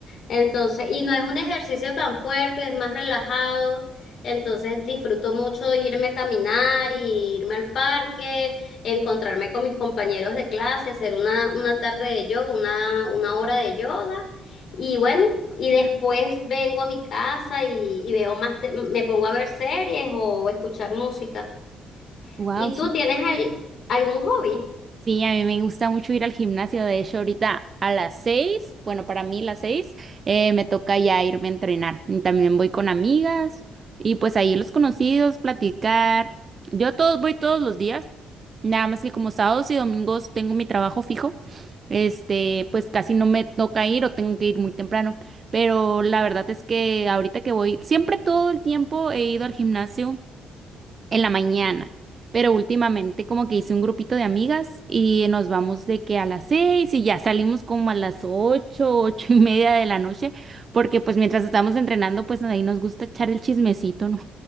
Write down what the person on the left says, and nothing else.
Entonces, y no es un ejercicio tan fuerte, es más relajado. Entonces, disfruto mucho de irme a caminar, y irme al parque, encontrarme con mis compañeros de clase, hacer una, una tarde de yoga, una, una hora de yoga. Y bueno, y después vengo a mi casa y, y veo más, te- me pongo a ver series o escuchar música.
¿Y tú tienes al- algún hobby?